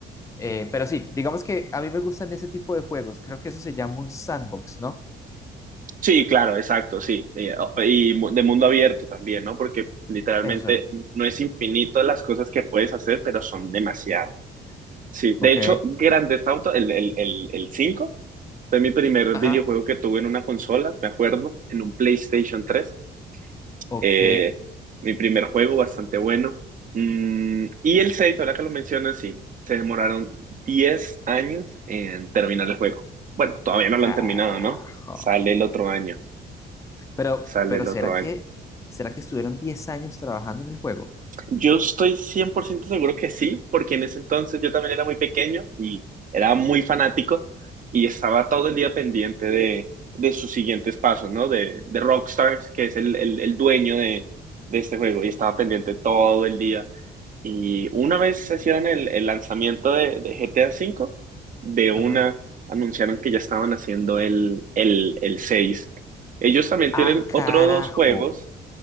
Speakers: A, on the left; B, on the right.
A: Eh, pero sí, digamos que a mí me gustan ese tipo de juegos, creo que eso se llama un sandbox, ¿no?
B: sí, claro, exacto, sí. Eh, o- Y, mu- de mundo abierto también, ¿no? Porque literalmente
A: Eso,
B: no es infinito las cosas que puedes hacer, pero son demasiado. Sí,
A: ok,
B: de hecho, Grand Theft Auto, el, el, el, el 5 fue mi primer
A: Ajá.
B: videojuego que tuve en una consola, me acuerdo, en un PlayStation tres,
A: ok,
B: Eh, mi primer juego, bastante bueno. Mm, y el seis, ahora que lo mencionas, sí, se demoraron 10 años en terminar el juego. Bueno, todavía no
A: carajo.
B: lo han terminado, ¿no? Sale el otro año.
A: Pero,
B: sale
A: pero
B: el
A: ¿será
B: otro año.
A: que, será que estuvieron 10 años trabajando en el juego?
B: Yo estoy 100% seguro que sí, porque en ese entonces yo también era muy pequeño y era muy fanático y estaba todo el día pendiente de, de sus siguientes pasos, ¿no? De, de Rockstars, que es el, el, el dueño de, de este juego, y estaba pendiente todo el día. Y una vez se hicieron el, el lanzamiento de, de GTA V, de una
A: Ajá.
B: anunciaron que ya estaban haciendo el, el, el seis. Ellos también
A: Ah,
B: tienen
A: carajo,
B: otros dos juegos